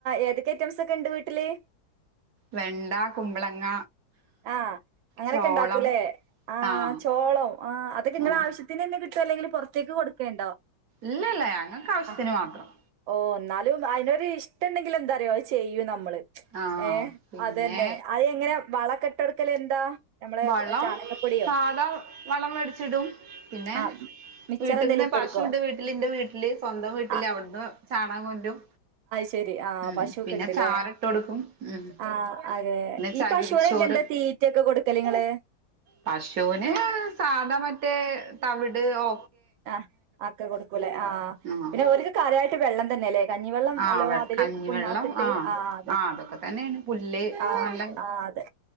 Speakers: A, on the right (about 80°); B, on the right (about 60°).
A: ഏതൊക്കെ ഐറ്റംസ് ഒക്കെ ഉണ്ട് വീട്ടില്
B: വെണ്ട കുമ്പളങ്ങ
A: ആഹ് അങ്ങനൊക്കെ
B: ചോളം
A: ഉണ്ടാക്കൂല്ലേ ആ
B: ആഹ്
A: ചോളം ആ അതൊക്കെ നിങ്ങള
B: ആഹ്
A: ആവശ്യത്തിന് തന്നെ കിട്ട ആവശ്യം അല്ലെങ്കിൽ പുറത്തേക്ക് കൊടുക്കേണ്ടോ
B: ഇല്ലല്ല ഞങ്ങൾക്ക് ആവശ്യത്തിന്
A: ആ
B: മാത്രം
A: ഓ എന്നാലും അയിനൊരു ഇഷ്ടം ഉണ്ടെങ്കിൽ എന്താറിയോ ചെയ്യും നമ്മള്
B: ആഹ്
A: ഏഹ
B: പിന്നെ
A: അതന്നെ അത് എങ്ങനെ വളക്കെട്ടൊടുക്കൽ എന്താ നമ്മളെ
B: വളം
A: ചാണകപ്പൊടിയോ
B: സാധാ വളം മേടിച്ചിടും പിന്നെ
A: ആഹ് മിച്ചർ
B: വീട്ടിൽന്ന്
A: എന്തേലും ഇട്ട്
B: പശുണ്ട്
A: കൊടുക്കോ?
B: വീട്ടില് എന്റെ വീട്ടില് സ്വന്തം വീട്ടില്
A: ആ
B: അവിടുന്ന് ചാണകം കൊണ്ടും
A: ശരി ആ
B: ഉം
A: പശൂക്കെ
B: പിന്നെ
A: ഉണ്ട്ല്ലേ
B: ചാരട്ട് കൊടുക്കും ഉം
A: ആ അതെ
B: പിന്നെ
A: ഈ
B: ചകിരിച്ചോറ്
A: പശുവിനൊക്കെന്താ തീ ഗിഫ്റ്റൊക്കെ കൊടുക്കല് നിങ്ങള്
B: പശൂന് സാധാ മറ്റേ തവിട് ഒ
A: ആ ആക്കെ കൊടുക്കൂലേ ആ
B: ആഹ്
A: പിന്നെ ഓര്ക്ക് കാര്യമായിട്ട് വെള്ളം തന്നെല്ലേ കഞ്ഞിവെള്ളം
B: ആഹ്
A: നല്ലോം അതില്
B: കഞ്ഞിവെള്ളം
A: പുണ്ണാക്കിട്ട്
B: ആഹ്
A: ആ അതെ
B: ആഹ് അതൊക്കെ തന്നെയാണ് പുല്ല് ഇപ്പ
A: ആ
B: നല്ല
A: ആ അതെ